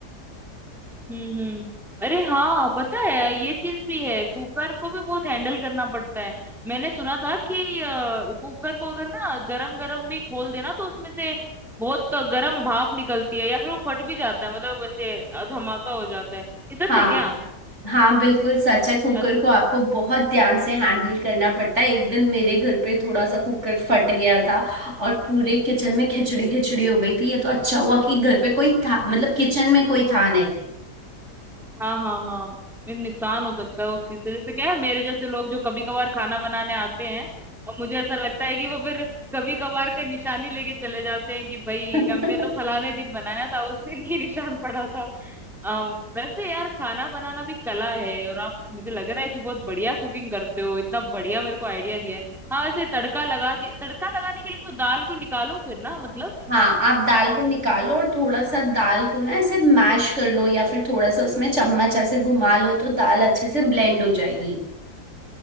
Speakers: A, in the centre; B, on the right.
A: हम्म हम्म अरे हाँ पता है ये चीज भी है कुकर को भी बहुत हैंडल करना पड़ता है मैंने सुना था कि अ, कुकर को अगर ना गरम गरम भी खोल देना तो उसमें से बहुत गरम भाप निकलती है या फिर वो फट भी जाता है मतलब वैसे अ, धमाका हो जाता है ये सच
B: हाँ
A: है क्या
B: हाँ बिल्कुल सच है कुकर
A: अच्छा
B: को आपको बहुत ध्यान से हैंडल करना पड़ता है एक दिन मेरे घर पे थोड़ा सा कुकर फट गया था और पूरे किचन में खिचड़ी खिचड़ी हो गई थी ये तो अच्छा हुआ कि घर पे कोई था मतलब किचन में कोई था नहीं
A: हाँ हाँ हाँ ये नुकसान हो सकता है उस चीज से जैसे क्या है मेरे जैसे लोग जो कभी कभार खाना बनाने आते हैं और मुझे ऐसा लगता है कि वो फिर कभी कभार का निशानी लेके चले जाते हैं कि भाई
B: <laughs>
A: हमने तो फलाने दिन बनाया था उस दिन ये निशान पड़ा था आ, वैसे यार खाना बनाना भी कला है और आप मुझे लग रहा है कि बहुत बढ़िया कुकिंग करते हो इतना बढ़िया मेरे को आइडिया दिया है हाँ वैसे तड़का लगा दिया तड़का लगाने के लिए वो दाल को निकालो फिर ना मतलब
B: हाँ आप दाल को निकालो और थोड़ा सा दाल को ना ऐसे मैश कर लो या फिर थोड़ा सा उसमें चम्मच ऐसे घुमा लो तो दाल अच्छे से ब्लेंड हो जाएगी